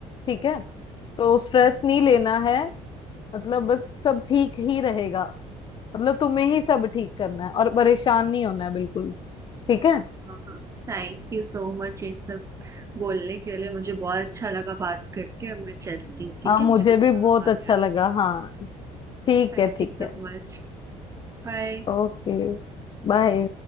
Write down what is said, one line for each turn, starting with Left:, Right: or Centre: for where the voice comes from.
Left: ठीक है तो स्ट्रेस नहीं लेना है मतलब बस सब ठीक ही रहेगा मतलब तुम्हें ही सब ठीक करना है और परेशान नहीं होना है बिल्कुल ठीक है
Right: हाँ हाँ थैंक यू सो मच ये सब बोलने के लिए मुझे बहुत अच्छा लगा बात करके अब मैं चलती हूँ ठीक
Left: हाँ
Right: है
Left: मुझे
Right: मुझे कुछ
Left: भी
Right: काम
Left: बहुत
Right: आ
Left: अच्छा
Right: गया
Left: लगा हाँ ठीक
Right: Thank
Left: है ठीक
Right: you so
Left: है
Right: much Bye
Left: ओके बाय